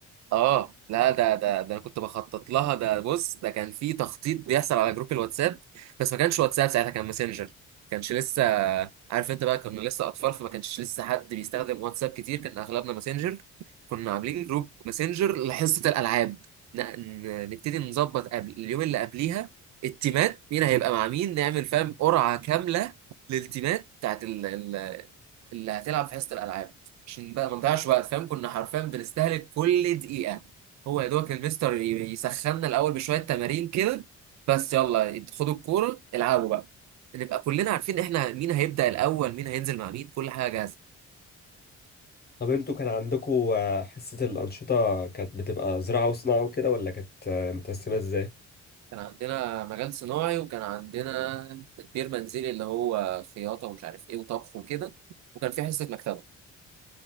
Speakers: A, on the right (about 65°); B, on the left (about 30°).
A: اه لا ده ده ده أنا كنت بخطط لها ده بص ده كان في تخطيط بيحصل على جروب الواتساب بس ما كانش واتساب ساعتها كان ماسنجر كانش لسه عارف انت بقى كنا لسه اطفال فما كانش لسه حد بيستخدم واتساب كتير كان اغلبنا ماسنجر كنا عاملين جروب ماسنجر لحصة الالعاب ن- ن- نبتدي نظبط قبل اليوم اللي قبليها التيمات مين هيبقى مع مين نعمل فاهم قرعة كاملة للتيمات بتاعت ال- ال- اللي هتلعب في حصة الالعاب عشان بقى ما نضيعش وقت فاهم كنا حرفيا بنستهلك كل دقيقة هو يا دوبك المستر ي- يسخننا الأول بشوية تمارين كده بس يلا خدوا الكورة العبوا بقى نبقى كلنا عارفين احنا مين هيبدأ الأول مين هينزل مع مين كل حاجة جاهزة
B: طب أنتوا كان عندكوا آه، حصة الأنشطة كانت بتبقى زراعة وصناعة وكده ولا كانت آه، متقسمة إزاي؟
A: كان عندنا مجال صناعي وكان عندنا تدبير منزلي اللي هو خياطة ومش عارف ايه وطبخ وكده وكان في حصة مكتبة